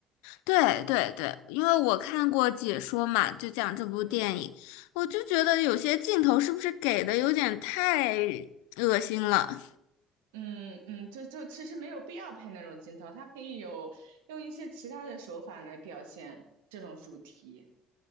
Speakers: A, on the left; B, on the right.
A: 对对对，因为我看过解说嘛，就讲这部电影，
B: 嗯
A: 我就觉得有些镜头是不是给的有点太恶心了。
B: 嗯嗯，就就其实没有必要拍那种镜头，他可以有用一些其他的手法来表现这种主题。